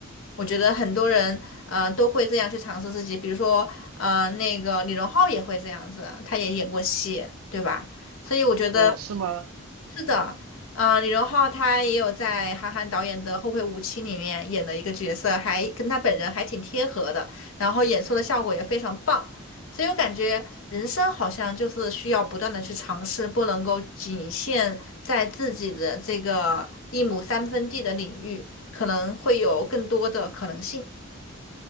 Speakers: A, on the left; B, on the right.
A: 我觉得很多人，呃，都会这样去尝试自己。比如说，呃，那个李荣浩也会这样子，他也演过戏，对吧？所以我觉得
B: 哦，是吗？
A: 是的，呃，李荣浩他也有在韩寒导演的《后会无期》里面演的一个角色，还跟他本人还挺贴合的，然后演出的效果也非常棒。所以我感觉人生好像就是需要不断的去尝试，不能够仅限在自己的这个一亩三分地的领域，可能会有更多的可能性。